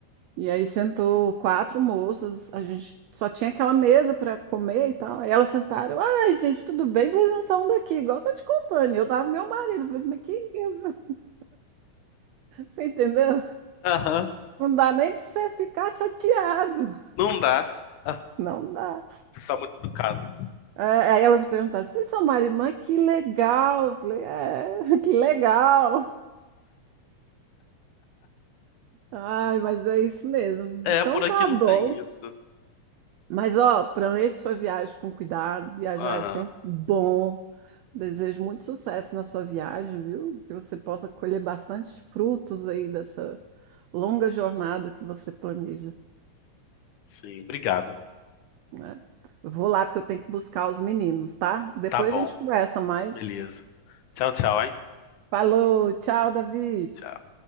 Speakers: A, on the right (about 85°); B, on the left (about 80°).
A: E aí sentou quatro moças, a gente só tinha aquela mesa para comer e tal. Aí elas sentaram, ai, gente, tudo bem, vocês não são daqui, igual eu tô te contando. E eu tava com meu marido, eu falei, mas que. <laughs> Você entendeu?
B: Aham.
A: Não dá nem para você ficar chateado.
B: Não dá. Ah,
A: Não dá.
B: pessoal muito educado.
A: É, Aí elas perguntaram, vocês são marido e mãe? Que legal. Eu falei, é, <laughs> que legal. Ai, mas é isso mesmo.
B: É,
A: Então
B: por aqui
A: tá
B: não
A: bom.
B: tem isso.
A: Mas, ó, planeje sua viagem com cuidado. Viajar
B: Aham.
A: é sempre bom. Desejo muito sucesso na sua viagem, viu? Que você possa colher bastante frutos aí dessa longa jornada que você planeja,
B: Sim, obrigado.
A: né? Eu vou lá porque eu tenho que buscar os meninos, tá? Depois
B: Tá bom.
A: a gente conversa mais.
B: Beleza. Tchau, tchau, hein?
A: Falou, tchau, Davi.
B: Tchau.